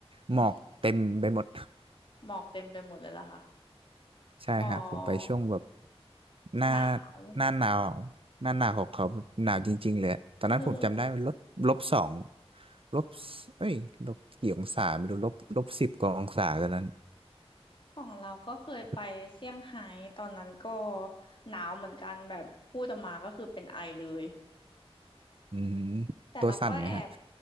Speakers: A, on the left; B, on the right.
A: อืม
B: หมอกเต็มไปหมด
A: หมอกเต็มไปหมดเลยล่ะค่ะ
B: <laughs> ใช่ฮะผมไปช่วงแบบ
A: อ๋อ
B: หน้า
A: หนาว
B: หน้าหนาวหน้าหนาวของเขาแบบหนาวจริงๆเลยอะตอนนั้นผมจำได้ลบลบสอง
A: เออ
B: ลบเอ้ยลบกี่องศาไม่รู้ลบลบสิบกว่าองศาตอนนั้น
A: ของเราก็เคยไปเซี่ยงไฮ้ตอนนั้นก็
B: <gasps>
A: หนาวเหมือนกันแบบพูดออกมาก็คือเป็นไอเลย
B: อืม
A: แต่เราก็แอบ
B: ตัวสั่นไหมฮะ